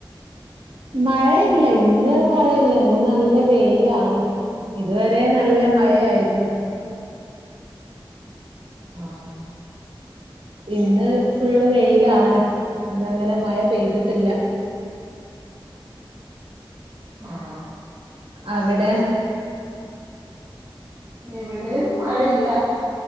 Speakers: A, on the right; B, on the right.
A: മഴയില്ല ഇന്ന് മഴയില്ല ഇന്ന് നല്ല വെയ്ലാണ് ഇതുവരെ നല്ല മഴയായിരുന്നു
B: ആഹ
A: ഇന്ന് ഫുള്ള് വെയിലാണ്. ഇന്നങ്ങനെ മഴ പെയ്തിട്ടില്ല
B: ആഹ്
A: അവിടെ
B: ഇവിടെയൊന്നും മഴയില്ല.